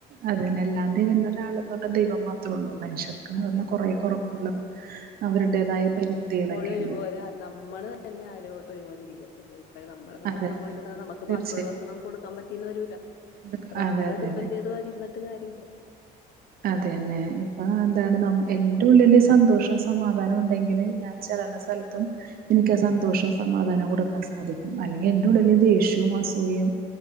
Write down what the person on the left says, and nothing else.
അതെ
അതെ
എപ്പോഴും ഒരുപോലെ
നമ്മള് തന്നെ ആരും ഒരുപോലെ ഇരിക്കത്തില്ല. അതായത് നമ്മടെ സന്തോഷം
നമ്മൾ
എടുത്താൽ നമക്ക്
ബാക്കിയുള്ളവർക്ക് ഒന്നും കൊടുക്കാൻ പ <unintelligible> വരൂല.
നമ്മളെ
ഡിപ്പെൻഡറ് ചെയ്ത് ആരും ഇരുന്നിട്ട് കാര്യ <unintelligible>